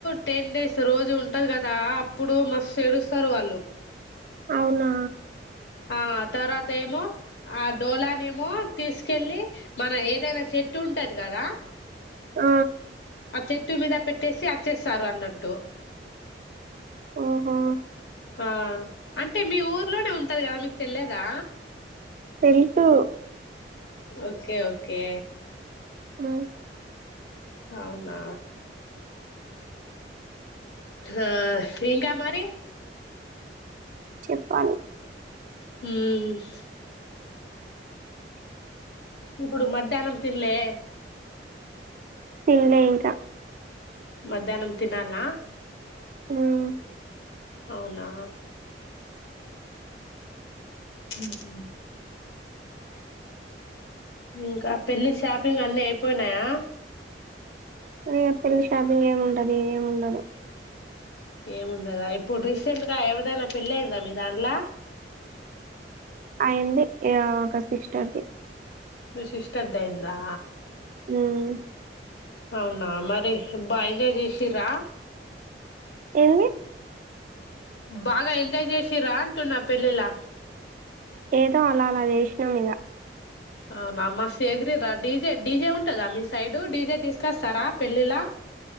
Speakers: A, on the left (about 70°); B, on the right (about 45°).
A: టెన్ డేస్ రోజు ఉంటది కదా, అప్పుడు మస్తు ఏడుస్తారు వాళ్ళు.
B: అవునా
A: ఆ తర్వాత ఏమో ఆ డోలానే ఏమో తీసుకెళ్ళి, మన ఏదైనా చెట్టు ఉంటది కదా.
B: ఆ
A: ఆ చెట్టు మీద పెట్టేసి అచ్చేస్తారు అన్నట్టు
B: ఓహో
A: ఆ అంటే మీ ఊర్లోనే ఉంటది కదా మీకు తెల్లేదా
B: తెలుసు
A: ఓకే ఓకే
B: ఆ
A: అవునా ఆ ఇంకా మరి
B: చెప్పాలి
A: హుమ్ ఇప్పుడు మధ్యాహ్నం తిన్లే
B: తిన్లే ఇంకా
A: మధ్యాహనం తినాల
B: హ్మ్
A: అవునా హ్మ్ ఇంకా పెళ్లి, షాపింగ్ అన్ని అయిపోయినాయా.
B: ఇగ పెళ్ళి షాపింగ్ ఏమి ఉంటది ఏమి ఉండదు
A: ఏముండదా ఇప్పుడు రీసెంట్గా ఎవరిదైనా పెళ్లి అయిందా మీ దాంట్ల.
B: అయింది ఇగ ఒక సిస్టర్ది
A: మీ సిస్టర్ ది అయ్యిందా
B: హ్మ్
A: అవునా మరి బా ఎంజాయ్ చేసిర్రా
B: ఏంది
A: బాగా ఎంజాయ్ చేసిరా అంటున్న పెళ్ళిలా
B: ఏదో అలా అలా చేసినాం ఇగ
A: అవునా మస్సు ఎగిరిర్ర డీజే డీజే ఉంటదా మీ సైడ్ డీజే తీసుకస్తారా పెళ్ళిలా.